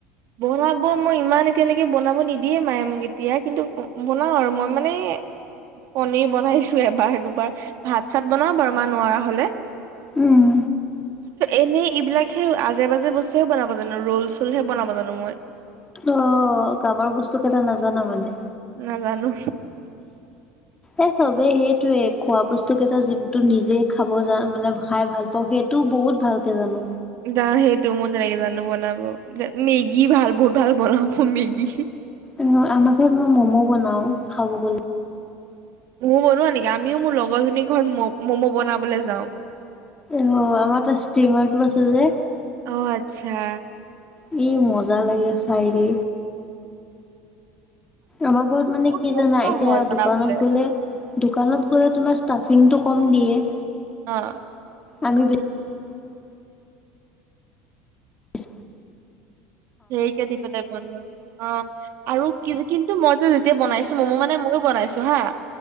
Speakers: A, on the right (about 60°); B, on the left (about 15°).
A: বনাব মই ইমান এতিয়ালৈকে বনাব নিদিয়ে মায়ে মোক এতিয়া কিন্তু বনাওঁ আৰু মই মানে। পনীৰ বনাইছো এবাৰ দুবাৰ ভাত চাত বনাও বাৰু মা নোৱাৰা হ'লে।
B: উম।
A: এনেই এইবিলাক হে আজে বাজে বস্তুৱও বনাব জানো ৰল চলহে বনাব জানো অনু সময় <unintelligible>
B: অ', কামৰ বস্তু কেইটা নাজানা মানে।
A: নাজানো।
B: এ চবেই সেইটোয়ে খোৱা বস্তু কেইটা যোনটো নিজে খাব যা মানে খাই ভাল পাওঁ সেই তো বহুত ভালকে জানো।
A: য সেইটো মই তেনেকে জানো বনাব মেগী ভাল বহুত ভাল বনাম। মেগী
B: আমাৰ ঘৰত মই ম'ম' বনাও খাব গ'লে।
A: ময়ো বনোৱা নেকি আমিও মোৰ লগৰজনীৰ ঘৰত ম ম'ম' বনাবলৈ যাওঁ।
B: এ আমাৰ তাত ষ্টিমাৰ টো আছে যে।
A: অ', আচ্ছা।
B: ই মজা লাগে চাইৰি। আমাৰ ঘৰত
A: কিন্তু
B: মানে
A: বহুত
B: কি
A: কষ্ট
B: জানা এতিয়া
A: হয় বনাবলে
B: দোকানত গ'লে দোকানত গ'লে তোমাৰ কম দিয়ে।
A: অ'।
B: আমি। আস
A: সেইকে দিবপা তাই বনা অ'। আৰু কি কিন্তু মই যে যেতিয়া বনাইছো মম' মানে ময়ো বনাইছো হা